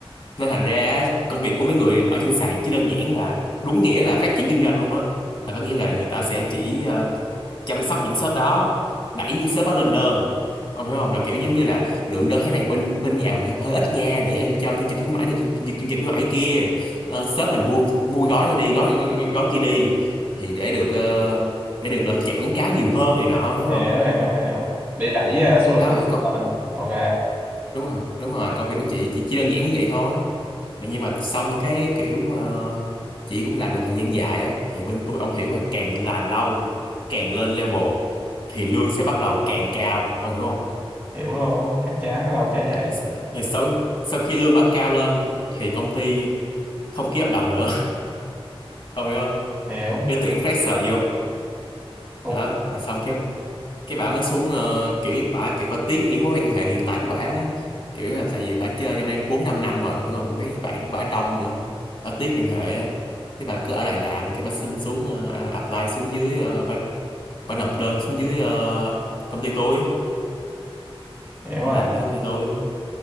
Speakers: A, on the left; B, on the right.
A: nên thành ra á, công việc của mấy người ở trên sàn chỉ đơn giản là đúng nghĩa là phát triển kinh doanh luôn á là có nghĩa là người ta sẽ chỉ ờ, chăm sóc những shop đó đẩy những shop đó lên đơn ông hiểu không là kiểu giống như là lượng đơn tháng này bên bên nhà mình hơi ít nha để em cho chương trình khuyến mãi này chương, chương, chương trình khuyến mãi kia Ờ, shop mình mua mua gói này đi gói, gói, gói gói kia đi thì để được ờ, để được ờ, chạy quảng cáo nhiều hơn này nọ hiểu
B: hiểu
A: không
B: hiểu hiểu để đẩy à, số lượng
A: đó thì con
B: lên ok
A: đúng rồi đúng rồi công việc của chị chỉ, chỉ đơn giản như vậy thôi nhưng mà xong cái kiểu ờ, chị cũng làm được thời gian dài á thì bên tôi ông hiểu mà càng làm lâu càng lên level thì lương sẽ bắt đầu càng cao ông hiểu không
B: hiểu luôn chắc chắn ở đâu chả vậy
A: Sa- rồi sau sau khi lương bán cao lên thì công ty không ký hợp đồng nữa <laughs> ông hiểu không
B: hiểu
A: để tuyển fresher vô
B: thua
A: đó rồi xong cái cái bà mới xuống ờ, kiểu như kiểu bà tiếc những mối quan hệ hiện tại của bà kiểu là tại vì bà chơi trong đây bốn năm năm rồi hiểu không mấy bạn của bà đông nữa bà tiếc quan hệ á cái bà cứ ở lại làm cái bà xin xuống ờ, apply xuống dưới ờ, bà, bà nộp đơn xuống dưới ờ, công ty tôi
B: hiểu
A: bà
B: rồi
A: làm với công ty tôi